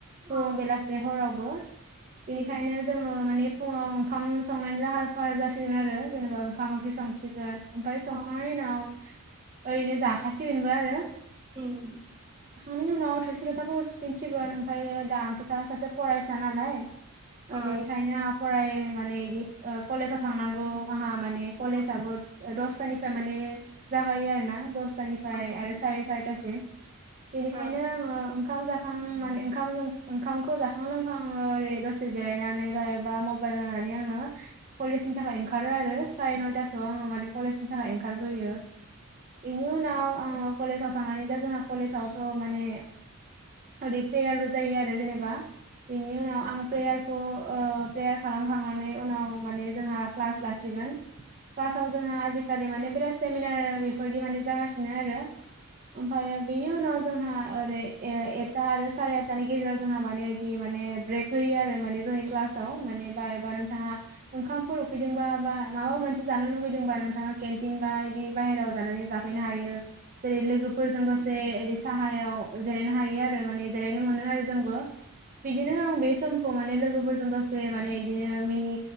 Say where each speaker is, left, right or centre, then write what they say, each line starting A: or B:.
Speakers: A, on the right; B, on the right.
A: फुं
B: अ
A: बेलासे हरावबो बेनिखायनो
B: उम
A: जोङो माने फुङाव ओंखाम संनायनि लाहार फाहार जासिगोन आरो जेनेबा ओंखाम ओंख्रि संसिगोन ओमफ्राय संखांनायनि
B: अ
A: उनाव ओरैनो जाखासिगोनबो आरो
B: उम
A: ननि उनाव थोरसि ल'थाखौ सुफिनसिगोन ओमफ्रायायो दा आंथ'था सासे फरायसा नालाय ओ
B: अ
A: बेनिखायनो आंहा फराय माने इदि ओ कलेजाव थांनांगौ आंहा माने कलेजाबबो
B: उम
A: दसथानिफ्राय माने जागायो आरो ना आं दफ्राय
B: अ उम अ नोंथां उम
A: आरो साराय सारिथासिम बेखायनो
B: अ
A: आङो ओखाम जाखां माने ओंखाम ओंखामखौ जाखां लोंखां ओरै दसे जिरायनानै बा एबा मबाइल नायनानै आङो कलेजनि थाखाय ओंखारो आरो साराय नयथासोआव आङो माने कलेजनि थाखाय ओंखारबोयो बेनि उनाव आङो कलेजाव थांनानै दा जोंहा कलेजावथ' माने ओरै प्रेयारबो जायो आरो जेनेबा बिनि उनाव आं प्रेयार खौ ओ प्रेयार खालामखांनानै उनाव माने जोंहा क्लास लासिगोन क्लासाव जोंहा आजिखालि माने बिराद सेमिनार बेफोरदि माने जागासि सिनो आरो ओमफायो बेनि उनाव जोंहा ओरै ए एथा आरो साराय एथानि गेजेराव जोंहा माने इदि माने ब्रेक होयो आरो माने जोंनि क्लासाव माने बा एबा नोंथाङा ओंखामफोर उखैदोंबा बा माबा मोनसे जानो लुुबैदोंबा नोंथाङा केन्टिन बा इदि बाहेराव जानानै जाफैनो हायो जेरै लोगोफोरजों दसे इदि साहायाव जिरायनो हायो आरो माने जिरायनो मोनो आरो जोंबो बिदिनो आं बे समखौ माने लोगोफोरजों दसे माने बिदिनो मिनि